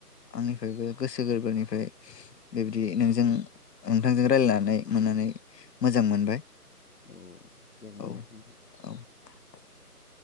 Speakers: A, on the left; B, on the left.
A: आंनिफ्रायबो गोसो गोरबोनिफ्राय बेबायदि नोंजों नोंथांजों रायजलायनानै मोननानै मोजां मोनबाय
B: औ जागोन
A: औ
B: दे होनथां
A: औ <inaudible>